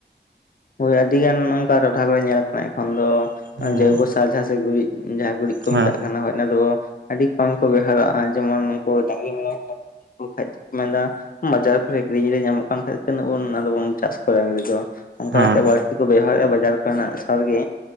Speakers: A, on the left; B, on the right.
A: ᱦᱳᱭ ᱟᱹᱰᱤ ᱜᱟᱱ ᱚᱱᱠᱟ ᱴᱚᱴᱷᱟ ᱠᱚᱨᱮ ᱧᱮᱞ ᱟᱠᱟᱱᱟ᱾ ᱮᱠᱷᱚᱱ ᱫᱚ
B: ᱦᱮᱸ
A: ᱡᱚᱭᱵ ᱥᱟᱨᱡ ᱥᱮ ᱜᱩᱨᱤᱡ ᱡᱟᱦᱟᱸ ᱜᱩᱨᱤᱡ ᱠᱚ
B: ᱦᱮᱸ
A: ᱢᱮᱛᱟᱜ ᱠᱟᱱᱟ᱾ ᱚᱱᱟ ᱫᱚ ᱟᱹᱰᱤ ᱠᱚᱢ ᱠᱚ ᱵᱮᱣᱦᱟᱨᱚᱜᱼᱟ᱾ ᱡᱮᱢᱚᱱᱠᱩ ᱰᱨᱤ ᱢᱮ ᱩᱱ ᱠᱷᱟᱱ ᱫᱚ-ᱠᱚ ᱢᱮᱱ ᱮᱫᱟ᱾ ᱵᱟᱡᱟᱨ ᱠᱷᱚᱱᱚᱡ ᱠᱤᱨᱤᱧ ᱨᱮ, ᱧᱟᱢᱚᱜ ᱠᱟᱱ ᱠᱷᱟᱤᱱᱟᱹᱜ ᱵ ᱚᱱᱟᱵ ᱪᱟᱥ ᱠᱚᱨᱮᱨᱤ ᱫᱚ, ᱚᱱᱠᱟ
B: ᱦᱮᱸ
A: ᱠᱟᱛᱮ ᱠᱚ ᱵᱮᱣᱦᱟᱨᱮᱫᱼᱟ ᱵᱟᱡᱟᱨ ᱠᱚᱨᱮᱱᱟᱜ ᱥᱟᱨᱜᱮ᱾